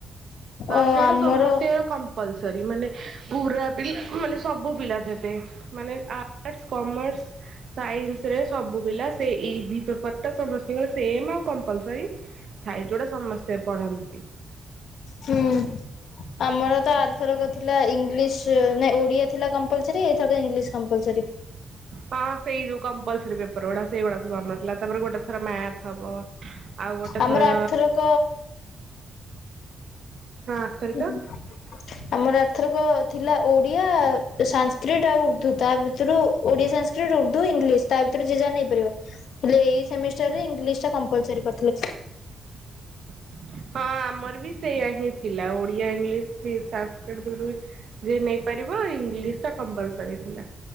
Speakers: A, on the left; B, on the right.
A: ଓ
B: ଆଉ ସେଇଟା
A: ଆମର
B: ସମସ୍ତଙ୍କର କମ୍ପଲସରି ମାନେ ପୁରା ପିଲା ମାନେ ସବୁ ପିଲା ଯେବେ ମାନେ ଆର୍ଟସ୍ କମାର୍ସ ସାଇନ୍ସ ରେ ସବୁ ପିଲା ସେ ଇଭି ପେପର ଟା ସମସ୍ତେ ଙ୍କର ସେମ୍ ଆଉ କମ୍ପଲସର ଥାଇ ଯୋଉଟା ସମସ୍ତେ ପଢନ୍ତି।
A: ହୁଁ ଆମର ତ ଆରଥର କ ଥିଲା ଇଂଲିଶ ନ ଓଡିଆ ଥିଲା କମ୍ପଲସରି ଏଇ ଇଂଲିଶ କମ୍ପଲସୀ।
B: ହଁ ସେଇ ଯଉ କମ୍ପଲ୍ସାରି ପେପର ଗୁଡା ସେଇ ଗଡା ସବୁ ଆମର ଥିଲା ତାପରେ ଗୋଟେ ଥର ମାଥ ହବ, ଆଉ ଗୋଟେ
A: ଆମର
B: ଥର
A: ଆରଥରକ
B: ହଁ ଥରିକ
A: ହୁଁ। ଆମର ଏଥରକ ଥିଲା ଓଡିଆ ସାସ୍କ୍ରିଟ ଆଉ ଉର୍ଦ୍ଦୁ ତା ଭିତରୁ- ଓଡ଼ିଆ ସଂସ୍କୃତ ଉର୍ଦୁ ଇଂଲିଶ ତା ଭିତରେ ଜିଜା ନେଇପାରିବ। ହେଲେ ଏଇ ସେମିଷ୍ଟର ରେ ଇଂଲିଶ ଟା କମ୍ପଲସରି କରିଥିଲେ।
B: <inaudible> ହଁ ଆମର ବି ସେଇଆ ହିଁ ଥିଲା ଓଡିଆ ଇଂଲିଶ <unintelligible> ଜା ନେଇପାରିବ ଇଂଲିଶ ଟା କମ୍ପଲସରି ଥିଲା